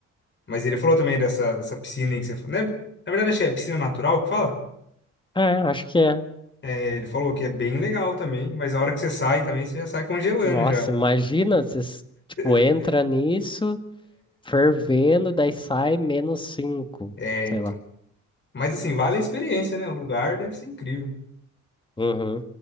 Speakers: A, on the left (about 40°); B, on the left (about 15°).
A: Mas ele falou também dessa, dessa piscina aí que você falou. né? Na verdade, acho que é piscina natural que fala.
B: É, acho que é.
A: É, ele falou que é bem legal também, mas a hora que você sai também, você já sai congelando
B: Nossa,
A: já.
B: imagina, você s- tipo,
A: <laughs>
B: entra nisso. fervendo, daí sai menos 5,
A: É,
B: sei
A: então.
B: lá.
A: Mas assim, vale a experiência, né? O lugar deve ser incrível.
B: Uhum.